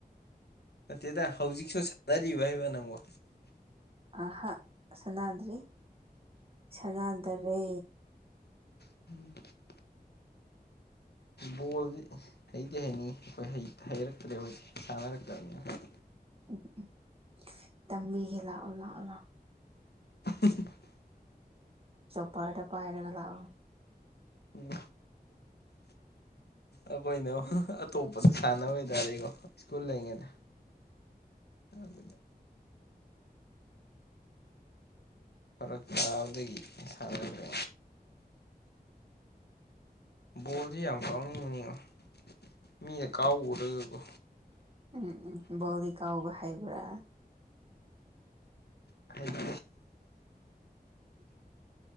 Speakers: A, on the left; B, on the right.
A: ꯅꯠꯇꯦꯗ ꯍꯧꯖꯤꯛꯁꯨ ꯁꯥꯟꯅꯔꯤꯕ ꯍꯥꯏꯕ ꯅꯪꯕꯣ
B: ꯑꯍꯥ ꯁꯅꯥꯗ꯭ꯔꯤ ꯁꯅꯥꯗꯔꯦ
A: <inaudible> ꯕꯣꯜꯗꯤ ꯍꯩꯗꯤ ꯍꯩꯅꯤ ꯑꯩꯈꯣꯏ ꯍꯩ ꯍꯩꯔꯛꯇ꯭ꯔꯦꯕ ꯍꯧꯖꯤꯛꯗꯤ ꯁꯥꯟꯅꯔꯛꯇꯝꯅꯤꯅ
B: ꯎꯝ ꯎꯝ ꯇꯝꯕꯤꯒꯦ ꯂꯥꯛꯑꯣ ꯂꯥꯛꯑꯣ ꯂꯥꯎ
A: <inaudible>
B: ꯆꯣꯄꯔꯗꯣ ꯄꯥꯏꯔꯒ ꯂꯥꯛꯑꯣ
A: ꯎꯝ ꯑꯈꯣꯏꯅ ꯑꯇꯣꯞꯄꯁꯨ ꯁꯥꯟꯅꯕ ꯍꯥꯏꯗꯥꯔꯦꯒꯣ ꯁ꯭ꯀꯨꯜ ꯂꯩꯉꯩꯗ ꯑꯗꯨꯒ ꯐꯔꯛ ꯇꯥꯕꯗꯒꯤ ꯁꯥꯟꯅꯗ꯭ꯔꯦ ꯕꯣꯜꯗꯤ ꯌꯥꯝ ꯀꯥꯎꯅꯤꯡꯕꯅꯤꯉꯣ ꯃꯤꯅ ꯀꯥꯎꯕ ꯎꯔꯒꯒꯣ
B: ꯎꯝ ꯎꯝ ꯕꯣꯜꯗꯤ ꯀꯥꯎꯕ ꯍꯩꯕ꯭ꯔꯥ
A: ꯍꯥꯏꯗꯤ